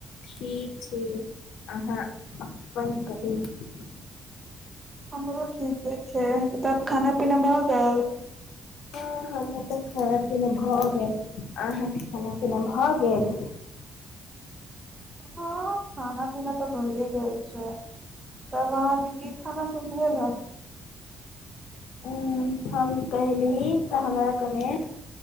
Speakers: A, on the left; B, on the right.
A: ठीक छी। आहाँ बहिन के की-
B: हमरो ठीके छैय तब खाना पीना भऽ गएल?
A: हँ हमरा तऽ खाना पीना भऽ गेल आहाँ के खाना पीना भऽ गेल।
B: हँ खाना पीना तऽ भइये गेल छैय। तब आहाँ के की खाना सब भेल हेँ?
A: हूँ हम कहेली तऽ हमरा कने